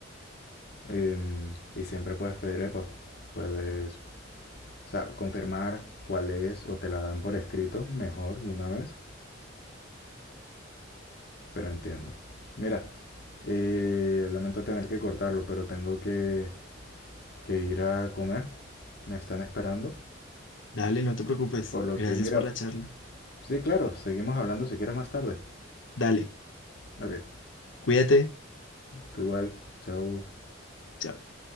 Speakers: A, on the left (about 55°); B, on the left (about 75°).
A: Em, y siempre puedes pedir EPA, puedes o sea, confirmar cuál es o te la dan por escrito, mejor de una vez, pero entiendo. Mira, eh, lamento tener que cortarlo, pero tengo que que ir a comer. Me están esperando.
B: Dale, no te preocupes.
A: Por lo
B: Gracias
A: que, mira,
B: por la charla.
A: sí, claro, seguimos hablando si quieres más tarde.
B: Dale,
A: Ok,
B: cuídate.
A: tú igual, chao.
B: chao.